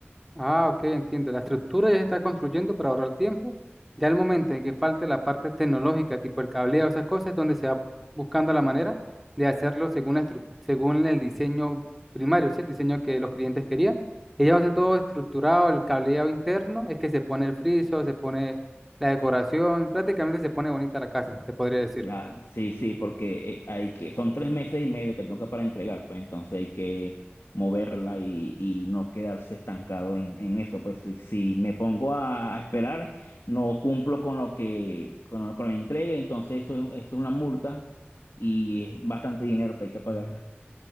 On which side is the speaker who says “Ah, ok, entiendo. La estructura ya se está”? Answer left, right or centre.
Centre